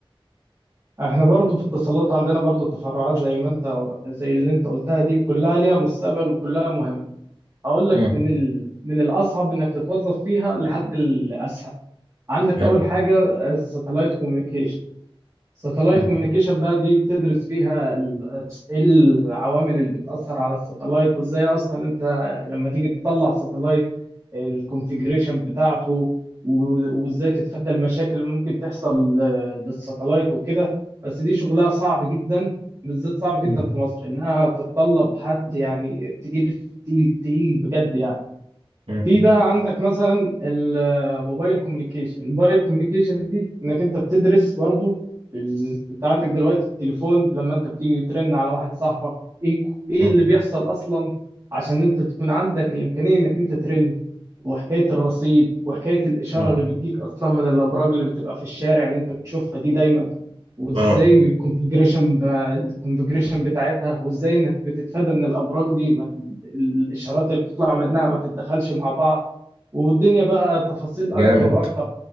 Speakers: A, on the right; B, on the right.
A: احنا برضو في الاتصالات عندنا برضو تفرعات زي ما انت زي اللي انت قلتها دي كلها ليها مستقبل وكلها مهمة اقول لك
B: مم.
A: من ال... من الاصعب انك تتوظف فيها لحد الاسهل عندك
B: حلو
A: اول حاجة الساتلايت كوميونيكيشن ساتلايت
B: مم.
A: كوميونيكيشن بقى دي بتدرس فيها ال- ايه العوامل اللي بتأثر على الساتلايت وازاي اصلا انت لما تيجي تطلع ساتلايت الكونفيجريشن بتاعته و- وازاي تتفادى المشاكل اللي ممكن تحصل ل- للساتلايت وكده بس دي شغلها صعب جدا بالذات صعب جدا
B: مم.
A: في مصر انها تتطلب حد يعني تقيل تقيل تقيل بجد يعني
B: مم.
A: في بقى عندك مثلا الموبايل كوميونيكيشن الموبايل كوميونيكيشن دي انك انت بتدرس برضو ال... انت عندك دلوقتي التليفون لما انت بتيجي ترن على واحد صاحبك ايه ك- ايه
B: مم.
A: اللي بيحصل اصلا عشان انت تكون عندك الامكانيه انك انت ترن وحكاية الرصيد وحكاية الإشارة
B: مم.
A: اللي بتجيك أصلا من الأبراج اللي بتبقى في الشارع اللي أنت بتشوفها دي دايما وإزاي
B: اه
A: الكونفجريشن ب... الكونفجريشن بتاعتها وإزاي إنك بتتفادى إن الأبراج دي ما ت... الإشارات اللي بتطلع منها ما تتدخلش مع بعض والدنيا بقى تفاصيل
B: جامد
A: أكتر وأكتر